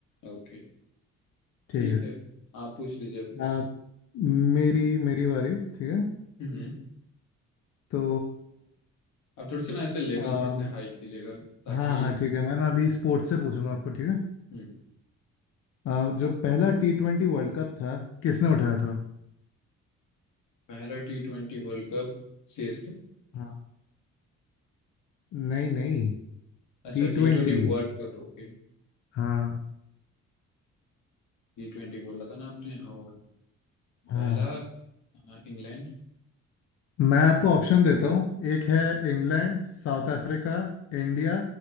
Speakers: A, on the left (about 80°); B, on the left (about 55°).
A: ओके
B: ठीक
A: ठीक
B: है
A: है आप पूछ लीजिए अब।
B: अब मेरी मेरी बारी ठीक है
A: हम्म
B: तो
A: आप थोड़े से ना ऐसे लेवल
B: अम,
A: थोड़े से हाई कीजिएगा ताकि
B: हाँ हाँ ठीक है मैं ना अभी स्पोर्ट्स से पूछूंगा आपको ठीक है
A: हम्म
B: अ, जो पहला टी ट्वेंटी वर्ल्ड कप था किसने उठाया था
A: पहला टी ट्वेंटी वर्ल्ड कप सी एस के
B: हाँ नहीं नहीं
A: अच्छा
B: टी
A: टी
B: ट्वेंटी
A: ट्वेंटी world Cup okay
B: हाँ
A: टी ट्वेंटी बोला था ना आपने और
B: हाँ
A: पहला अ, इंग्लैंड
B: मैं आपको ऑप्शन देता हूँ एक है England South Africa India